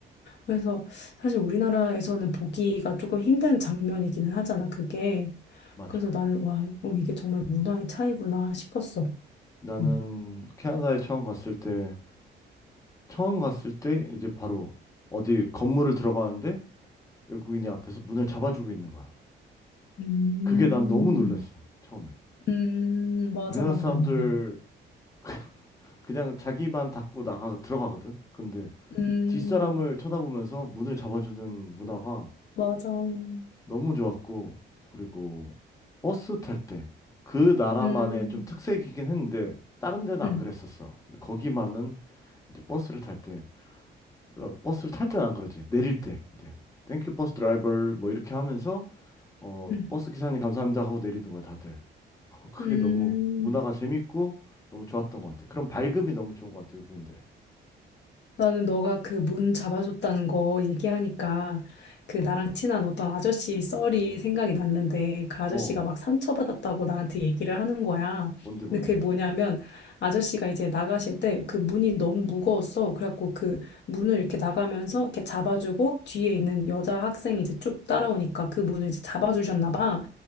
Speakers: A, on the left; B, on the left.
A: 그래서 사실 우리나라에서는 보기가 조금 힘든 장면이기는 하잖아. 그게.
B: 맞아.
A: 그래서 나는 와, 어, 이게 정말 문화의 차이구나 싶었어.
B: 나는
A: 음,
B: 캐나다에 처음 갔을 때, 처음 갔을 때 이제 바로 어디 건물을 들어가는데 외국인이 앞에서 문을 잡아주고 있는 거야.
A: 음,
B: 그게 난 너무 놀랬어, 처음에.
A: 음, 맞아,
B: 우리나라
A: 맞아,
B: 사람들
A: 맞아.
B: <laughs> 그냥 자기만 닫고 나가 들어가거든. 근데
A: 음,
B: 뒷사람을 쳐다보면서 문을 잡아주는 문화가
A: 맞아. 음,
B: 너무 좋았고, 그리고 버스 탈 때, 그 나라만의
A: 음,
B: 좀 특색이긴 했는데, 다른 데는
A: 음,
B: 안 그랬었어. 근데 거기만은 이제 버스를 탈 때, 어, 버스를 탈 때는 안 그러지. 내릴 때, 이제, 땡큐 버스 드라이버, 뭐 이렇게 하면서, 어,
A: 음,
B: 버스 기사님 감사합니다 하고 내리는 거야, 다들. <laughs> 그게
A: 음.
B: 너무 문화가 재밌고, 너무 좋았던 것 같아. 그런 밝음이 너무 좋은 것 같아, 외국인들의.
A: 나는 너가 그 문 잡아줬다는 거 얘기하니까 그 나랑 친한 어떤 아저씨 썰이 생각이 났는데 그 아저씨가
B: 어,
A: 막 상처받았다고 나한테 얘기를 하는 거야.
B: 뭔데, 뭔데.
A: 근데 그게 뭐냐면 아저씨가 이제 나가실 때 그 문이 너무 무거웠어. 그래갖고 그 문을 이렇게 나가면서 이렇게 잡아주고 뒤에 있는 여자 학생이 이제 쭉 따라오니까 그 문을 이제 잡아주셨나 봐.